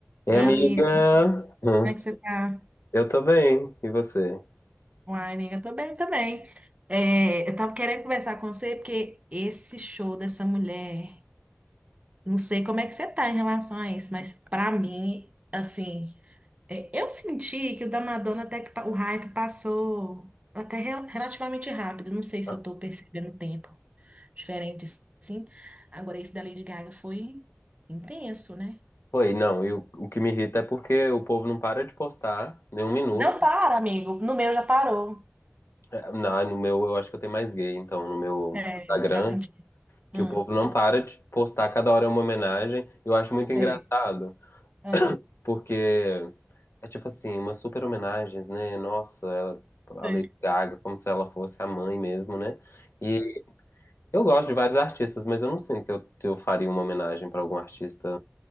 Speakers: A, on the left; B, on the right.
A: Ei,
B: Oi,
A: amiga!
B: amigo,
A: Hã?
B: como é que você tá?
A: Eu tô bem, e você?
B: Uai, nega, eu tô bem também. É, eu tava querendo conversar com você porque esse show dessa mulher, não sei como é que você tá em relação a isso, mas pra mim, assim, é, eu senti que o da Madonna até que pa- o hype passou até rel- relativamente rápido. Não sei se
A: Ah,
B: eu tô percebendo o tempo diferente assim. Agora esse da Lady Gaga foi intenso, né?
A: Oi, não, e o, o que me irrita é porque o povo não para de postar nem um minuto.
B: Não para, amigo. No meu já parou.
A: É, Na, no meu, eu acho que eu tenho mais gay, então, no meu
B: É,
A: Instagram,
B: faz sentido.
A: que
B: Ah,
A: o povo não para de postar, cada hora é uma homenagem. Eu acho muito
B: sei.
A: engraçado,
B: Hum.
A: porque é tipo assim, umas super homenagens, né? Nossa, ela,
B: Sim.
A: a Lady Gaga, como se ela fosse a mãe mesmo, né? E eu gosto de vários artistas, mas eu não sinto que eu, que eu faria uma homenagem pra algum artista.